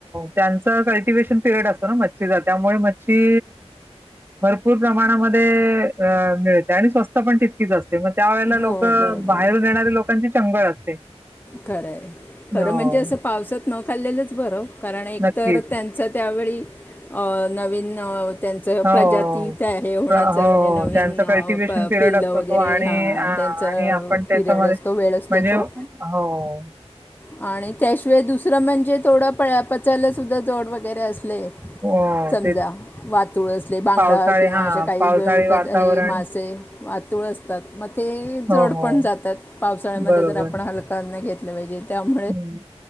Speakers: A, on the right; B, on the left.
A: त्यांचं कल्टिवे्शन पिरियड असतो ना मच्छीचा त्यामुळे मच्छी भरपूर प्रमाणामध्ये मिळते आणि स्वस्त पण तितकीच असते मग त्यावेेळेला
B: हो
A: लोक
B: बरोबर
A: बाहेरून येणारे लोकांचे चंगळ असते.
B: खरं आहे खरं
A: हो,
B: म्हणजे असं पावसात न खाल्लेलंच बरं. कारण एकतर
A: नक्कीच.
B: त्यांचं त्यावेळी अ नवीन त्यांचं
A: हो.
B: प्रजाती काय हे होण्याच
A: प्र हो,
B: म्हणजे नवीन
A: त्यांचा कल्टिव्हेशन पिरियड
B: पिल्लं
A: असतो
B: वगैरे
A: तो आणि
B: हां
A: आ,
B: त्यांचा
A: आणि आपण त्याच्यामध्ये
B: पिरियड असतो वेळ असतो
A: म्हणजे
B: तो
A: हो.
B: आणि त्याशिवाय दुसरं म्हणजे थोडं प पचायला सुद्धा जड वगैरे असले
A: हो,
B: समजा
A: तेच
B: वातुळ असले बांगडा
A: पावसाळी
B: किंवा
A: हां,
B: अशे काही
A: पावसाळी
B: गळपद
A: वातावरण
B: आहे मासे वातूळ असतात मग ते
A: हो,
B: जड
A: हो,
B: पण जातात पावसाळ्यामध्ये
A: बरोबर.
B: तर आपण हलक अन्न घेतलं पाहिजे. त्यामुळे
A: हं.